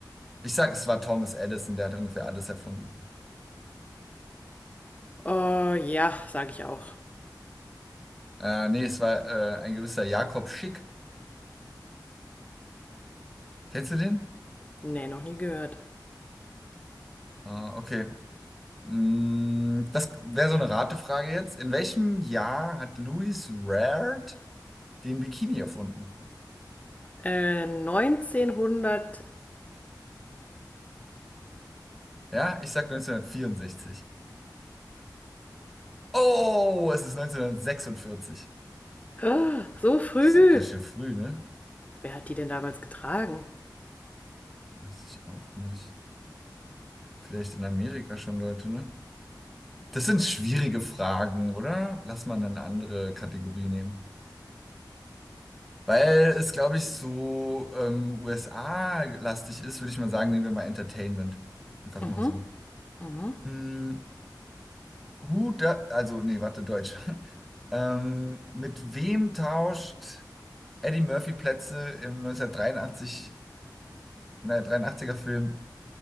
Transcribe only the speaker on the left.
Oh ja, sage ich auch.
Nee, noch nie gehört.
Äh, 1962.
Ah, So früh.
Wer hat die denn damals getragen?
Mhm.
Mhm.